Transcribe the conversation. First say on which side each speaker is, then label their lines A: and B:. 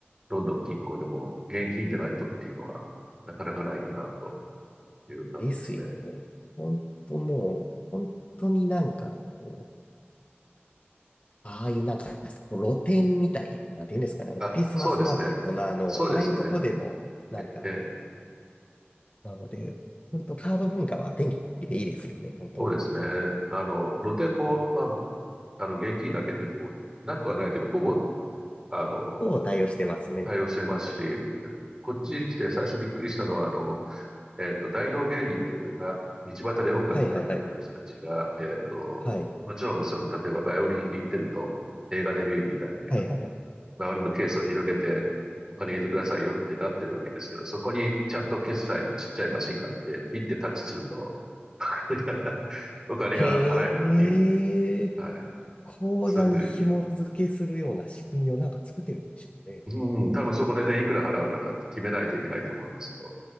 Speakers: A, on the right; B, on the left.
A: ロンドン近郊でも、現金じゃないとっていうのは、なかなかないかなという感じですね。
B: ですよね。ほんともう、本当になんかこう、ああいうなんか、こう露店みたいな、なんていうんですかね、あの、
A: あ、
B: クリスマスマーケットのあの、
A: そうですね。そうですね。
B: ああいうとこでも、なんか、
A: え、ええ
B: なので、本当カード文化は便利でいいですよね、本当。
A: そうですね。あの、露店も、まあ、あの、現金だけっていうところもなくはないけど、ほぼ、あの、
B: を対応してますね。
A: 対応してますし、こっちに来て最初びっくりしたのは、あの、えっと、大道芸人というか、道端で音楽やってるような人たちが、
B: はいはいはい。
A: えっと、
B: はい。
A: もちろん、その、例えばバイオリン弾いてると、映画で見るみたいに、
B: はいはいはい。
A: あの、バイオリンのケースを広げて、お金入れてくださいよってなってるわけですけど、そこにちゃんと決済のちっちゃいマシンがあって、ピッてタッチすると、<laughs> お金が払えるっていう、
B: へえ、
A: はい。
B: 口座に紐付けするような仕組みをなんか作ってるんでしょうね。
A: そういうふうに。うん、多分そこでね、いくら払うのかって決めないといけないと思うんですけど、